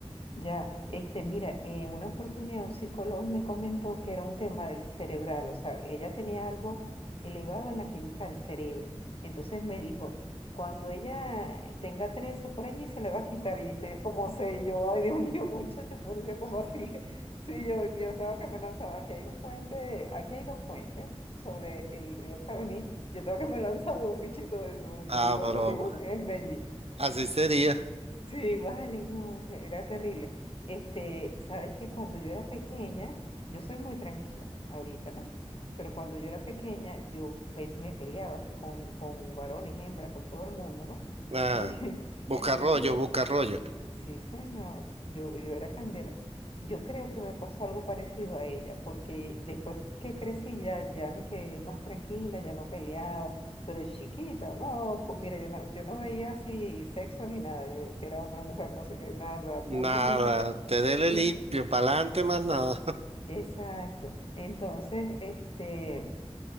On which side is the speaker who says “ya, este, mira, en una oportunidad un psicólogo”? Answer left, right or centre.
Left